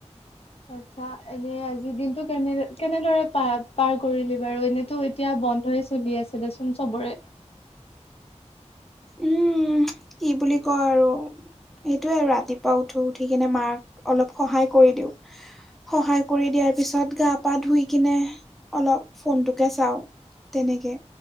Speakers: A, on the left (about 55°); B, in the centre.
A: আত্ছা এনেই আজি দিনটো কেনে কেনেদৰে প পাৰ কৰিলি বাৰু এনেতো এতিয়া বন্ধই চলি আছে দেচোন চবৰে
B: উম কি বুলি কয় আৰু সেইটোৱে আৰু ৰাতিপুৱা উঠো, উঠি কিনে মাক অলপ সহায় কৰি দিওঁ। সহায় কৰি দিয়াৰ পিছত গা পা ধুই কিনে অলপ ফোনটোকে চাওঁ। তেনেকে